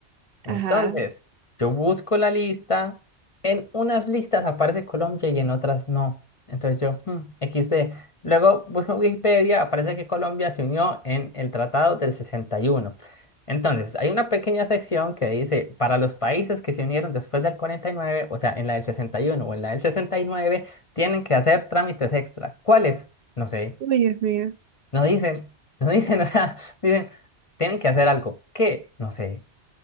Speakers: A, on the left; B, on the right.
A: Entonces,
B: ajá.
A: yo busco la lista, en unas listas aparece Colombia y en otras no. Entonces yo, hmm, XD. Luego busco en Wikipedia, aparece que Colombia se unió en el Tratado del 61. Entonces, hay una pequeña sección que dice, para los países que se unieron después del cuarenta y nueve o sea, en la del 61 o en la del sesenta y nueve tienen que hacer trámites extra. ¿Cuáles? No sé.
B: Uy, Dios mío.
A: No dicen, no dicen, <laughs> o sea, dicen, tienen que hacer algo. ¿Qué? No sé.